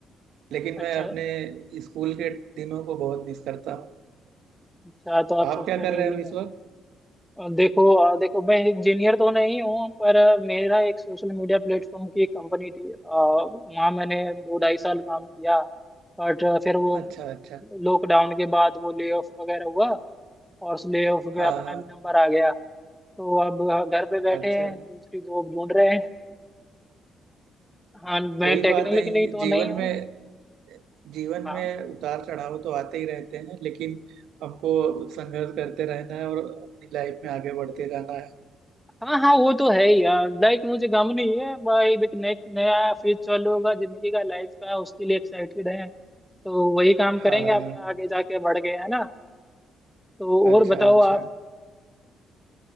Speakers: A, on the right (about 80°); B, in the centre.
A: लेकिन
B: अच्छा
A: मैं अपने स्कूल के दिनों को बहुत मिस करता हूँ
B: अच्छा तो आप
A: आप
B: सॉफ्टवेयर
A: क्या कर रहे
B: इंजीनियर
A: हो इस वक्त
B: और देखो अ, देखो मैं इंजीनियर तो नहीं हूँ पर मेरा एक सोशल मीडिया प्लेटफॉर्म की एक कंपनी थी अ, वहाँ मैंने दो ढाई साल काम किया बट फिर वो
A: अच्छा अच्छा
B: लॉकडाउन के बाद वो ले ऑफ वगैरह हुआ और उस ले ऑफ
A: हाँ
B: में अपना
A: हाँ
B: भी नंबर आ गया तो अब घर पे बैठे
A: अच्छा
B: हैं दूसरी जॉब ढूंढ रहे हैं हाँ मैं
A: कोई
B: टेक्निकली
A: बात नहीं
B: तो
A: जीवन
B: नहीं हूँ
A: में जीवन
B: हाँ।
A: में उतार चढ़ाव तो आते ही रहते हैं लेकिन हमको संघर्ष करते रहना है और अपनी लाइफ में आगे बढ़ते जाना है
B: हाँ हाँ वो तो है ही यार लाइक मुझे गम नहीं है भाई एक नए नया फेज चालू होगा जिंदगी का लाइफ का उसके लिए एक्साइटेड है तो वही काम
A: हाँ
B: करेंगे अपना आगे जाके बढ़ गए है ना तो
A: अच्छा
B: और बताओ
A: अच्छा
B: आप